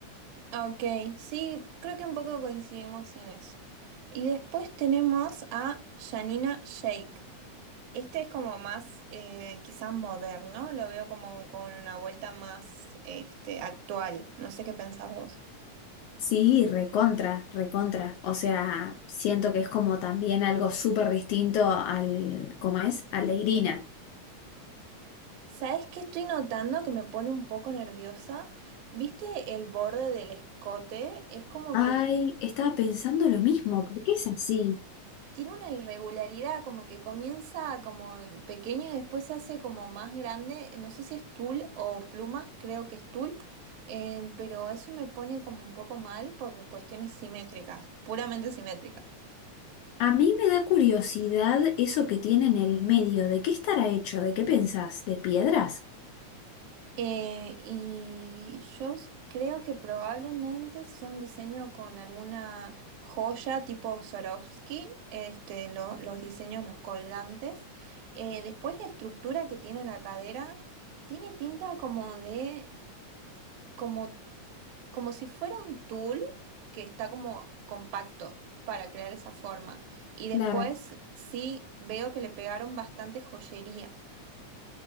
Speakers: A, on the right; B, on the left.
A: Ok, sí, creo que un poco coincidimos en eso. Y después tenemos a Janina Shake. Este es como más, eh, quizás moderno, lo veo como con una vuelta más, este, actual. No sé qué pensás vos.
B: Sí, recontra, recontra. O sea, siento que es como también algo súper distinto al, ¿cómo es? Al de Irina.
A: ¿Sabes qué estoy notando que me pone un poco nerviosa? ¿Viste el borde del escote? Es como
B: Ay,
A: que
B: estaba pensando lo mismo, ¿por qué es así?
A: tiene una irregularidad, como que comienza como en pequeño y después se hace como más grande. No sé si es tul o plumas, creo que es tul, eh, pero eso me pone como un poco mal por cuestiones simétricas, puramente simétricas.
B: A mí me da curiosidad eso que tiene en el medio, ¿de qué estará hecho? ¿De qué pensás? ¿De piedras?
A: Eh, y yo s- creo que probablemente sea un diseño con alguna joya tipo Swarovski, este, lo- los diseños, los colgantes. Eh, después la estructura que tiene la cadera tiene pinta como de, como, como si fuera un tul que está como compacto para crear esa forma. Y después
B: Claro.
A: sí veo que le pegaron bastante joyería.